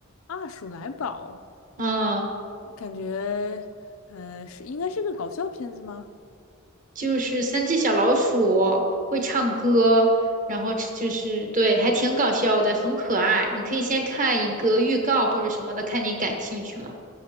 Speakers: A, on the left; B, on the right.
A: 啊，《鼠来宝》
B: 嗯，
A: 感觉呃是应该是个搞笑片子吗？
B: 就是三只小老鼠会唱歌，然后就是对，还挺搞笑的，很可爱。你可以先看一个预告或者什么的，看你感兴趣吗？